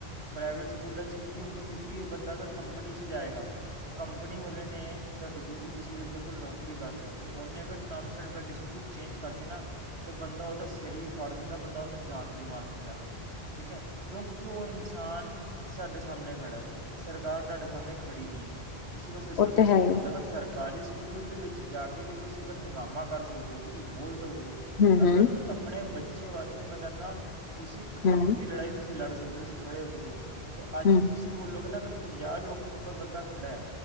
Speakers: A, on the right (about 85°); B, on the left (about 80°).
A: ਪ੍ਰਾਈਵੇਟ ਸਕੂਲਾਂ 'ਚ ਕਿ ਹੁਣ ਕਿਸੇ ਵੀ ਬੰਦਾ ਅਗਰ ਕੰਪਨੀ 'ਚ ਜਾਏਗਾ ਕੰਪਨੀ ਵਾਲੇ ਨੇ ਤੁਹਾਡੇ ਕੋਲ ਤੁਸੀਂ ਕਿਸੇ ਬੰਦੇ ਕੋਲ ਨੌਕਰੀ ਕਰ ਰਹੇ ਹੋ ਤਾਂ ਉਹਨੇ ਅਗਰ ਟਰਮਸ ਐਂਡ ਕੰਡੀਸ਼ਨ ਕੁਛ ਚੇਂਜ ਕਰਤੀ ਨਾ ਤਾਂ ਬੰਦਾ ਉਹਦਾ ਸਿਰ ਵੀ ਫੜ ਦਿੰਦਾ ਬੰਦਾ ਉਹਨੂੰ ਜਾਣ ਤੋਂ ਹੀ ਮਾਰ ਦਿੰਦਾ ਠੀਕ ਹੈ ਕਿਉਂ ਕਿਉਂਕਿ ਉਹ ਇਨਸਾਨ ਸਾਡੇ ਸਾਹਮਣੇ ਖੜਾ ਸਰਕਾਰ ਤੁਹਾਡੇ ਸਾਹਮਣੇ ਖੜੀ ਨਹੀਂ ਹੈ। ਤੁਸੀਂ ਬਸ ਇਸ ਕਰਕੇ
B: ਉਹ ਤੇ ਹੈ
A: ਬੋਲ
B: ਹੀ
A: ਪਾਂਦੇ ਅਗਰ ਸਰਕਾਰੀ ਸਕੂਲ ਦੇ ਵਿੱਚ ਜਾ ਕੇ ਵੀ ਤੁਸੀਂ ਅਗਰ ਹੰਗਾਮਾ ਕਰ ਸਕਦੇ ਹੋ ਤੁਸੀਂ ਬੋਲ ਸਕਦੇ ਹੋ
B: ਹੂੰ-ਹੂੰ,
A: ਅਗਰ ਆਪਣੇ ਬੱਚੇ ਬੱਚੇ ਵਾਸਤੇ ਮੈਂ ਕਹਿਣਾ ਤੁਸੀਂ
B: ਹੂੰ,
A: ਹੱਕ ਦੀ ਲੜਾਈ ਤੁਸੀਂ ਲੜ ਸਕਦੇ ਹੋ ਤੁਸੀ ਖੜੇ ਹੋ ਸਕਦੇ ਹੋ ਤੇ ਅੱਜ
B: ਹੂੰ
A: ਤੁਸੀਂ ਬੋਲੋਗੇ ਨਾ ਅਗਰ ਪੰਜਾਹ ਲੋਕ ਕੋਈ ਬੰਦਾ ਖੜ੍ਹਾ ਐ